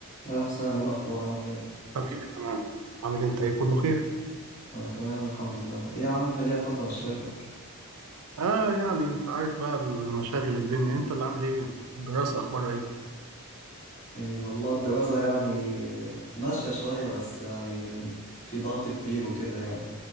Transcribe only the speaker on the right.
حبيبي تمام عامل إيه؟ انت ايه كله خير
اه يعني انت عارف بقى المشاغل الدنيا انت اللي عامل ايه الدراسة اخبارها ايه